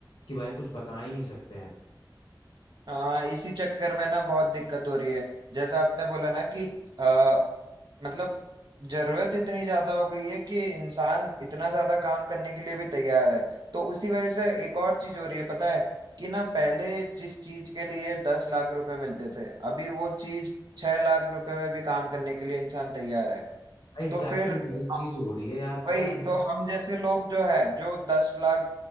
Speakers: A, on the left; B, on the right.
A: कि भाई कुछ बता ही नहीं सकते हैं
B: हाँ इसी चक्कर में ना बहुत दिक्कत हो रही है जैसा आपने बोला ना कि आ, मतलब जरूरत इतनी ज्यादा हो गई है कि इंसान इतना ज्यादा काम करने के लिए भी तैयार है तो उसी वजह से एक और चीज हो रही है पता है कि ना पहले जिस चीज के लिए दस लाख रुपए मिलते थे अभी वो चीज छह लाख रुपए में भी काम करने के लिए इंसान तैयार है
A: भाई एग्जैक्टली
B: तो फिर
A: exactly यही
B: हम-
A: चीज हो रही है यार
B: वही
A: पता है मतलब
B: तो हम जैसे लोग जो है जो दस लाख